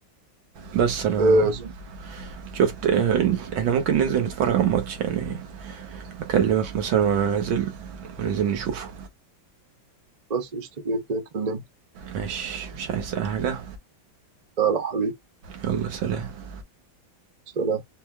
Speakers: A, on the right; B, on the right.
A: بس انا
B: آه، اسمه-
A: شفت اه، احنا ممكن ننزل نتفرج على الماتش يعني اكلمك مثلا وانا نازل وننزل نشوفه
B: بس اشتكيت كده، اتكلمت
A: ماشي مش عايز اي حاجه
B: يلا حبيبي
A: يلا سلام
B: سلام